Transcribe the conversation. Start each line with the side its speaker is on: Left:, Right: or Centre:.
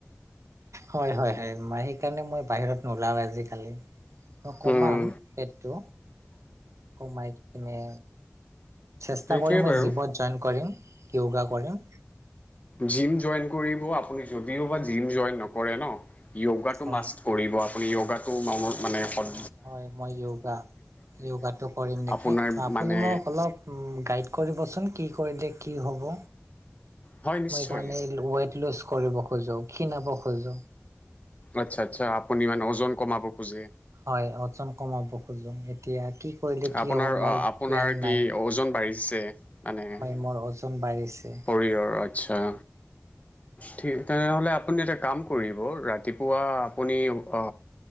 Right: হয় হয় হয় মই সেইকাৰণে মই বাহিৰত নোলাও আজিকালি কমাম
Left: উম
Right: পেটতো কমাই কিনে চেষ্টা
Left: সেইটোৱে
Right: কৰিম মই
Left: বাৰু
Right: জীমত জইন কৰিম য়োগা কৰিম
Left: জিম জইন কৰিব আপুনি যদিওবা জিম জইন‌ নকৰে ন য়োগাটো
Right: হয়
Left: মাষ্ট কৰিব আপুনি য়োগাটো ম মানে সদ।
Right: হয় মই য়োগা য়োগাটো কৰিম নেকি
Left: আপোনাৰ
Right: আপুনি
Left: মানে
Right: মোক অলপ। গাইড কৰিবচোন কি কৰিলে কি হ'ব।
Left: হয় নিশ্চয়
Right: মই মানে ওৱেইট লুজ কৰিব খোজো ক্ষীণাব খোজো।
Left: আচ্ছা আচ্ছা আপুনি মানে ওজন কমাব খোজে।
Right: হয় ওজন কমাব খোজো এতিয়া কি। কৰিলে কি
Left: আপোনাৰ
Right: হ'ব মোৰ
Left: আপোনাৰ
Right: জ্ঞান নাই
Left: কি ওজন বাঢ়িছে। মানে
Right: হয় মোৰ ওজন বাঢ়িছে।
Left: শৰীৰৰ আচ্ছা। ঠিক তেনেহ'লে আপুনি এটা কাম কৰিব ৰাতিপুৱা আপুনি অ।